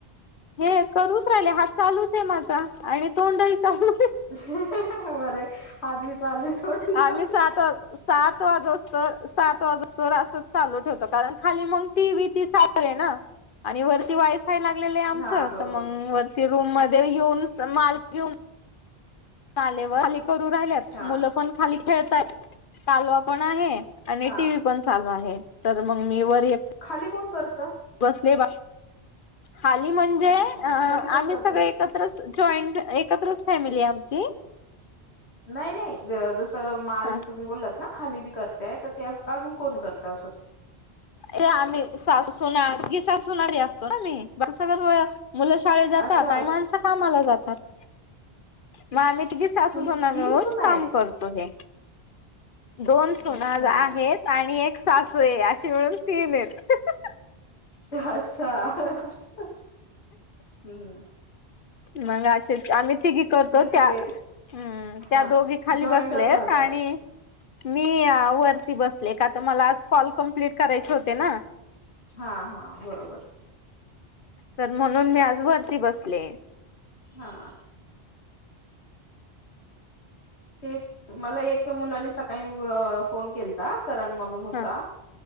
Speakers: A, on the left; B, on the left.
A: हे करूच राहिले हात चालूच आहे माझा आणि तोंडही चालू आहे
B: अह हं हं बरं आहे हात बी चालू डोट बी चालू.
A: आम्ही सात सात वाजोस्त सात वाजोस्तोवर असच चालू ठेवतो कारण खाली मग टीव्ही ती चा हाय ना आणि वरती वाई फाय लागलेलं आहे आमचं
B: हा बरोबर
A: तर मंग वरती रूम मध्ये येऊन माल घेऊन काले व खाली करू राहिल्यात
B: हा
A: मुलं पण खाली खेळतायय कालवा पण आहे आणि
B: हा
A: टी व्ही पण चालू आहे तर मग मी वर एक
B: खाली कोण करतं
A: बसले बा खाली म्हणजे
B: हम्म
A: अ
B: खाली कोण
A: आम्ही
B: करत?
A: सगळे एकत्रच जॉईंट एकत्रच फॅमिली आहे आमची
B: नाही नाही जसं माल
A: हा
B: तुम्ही बोललात खाली बी करतायेत तर ते काम कोण करत असं
A: ए आम्ही सासू सुना ही सासू सुना ही असतो ना आम्ही बाॅक्स भराय मुलं शाळेत जातात
B: अच्छा
A: आणि मणसं कामाला जातात मग आम्ही तिघी सासू
B: तुम्ही
A: सुना मिळून
B: तीन सुना आहेत
A: काम करतो तुम्ही दोन सुना
B: अच्छा.
A: आहेत आणि एक सासू आहे अशी त्यामुळं तीनच हां हां हां
B: अच्छा हं हं हं हम् हम
A: मग अशेच आम्ही तिघी करतो.
B: सगळे
A: त्या हम
B: हा
A: दोघी खाली
B: जॉईंटच
A: बसलेत
B: राहतात.
A: आणि मी वरती बसले का तर मला आज कॉल कम्प्लीट करायचे होते ना.
B: हा हा बरोबर.
A: तर म्हणून मी आज वरती बसले.
B: हा. तेच मला एक मुलानी सकाळी अ फोन केलता. करण म्हणून होता.
A: हा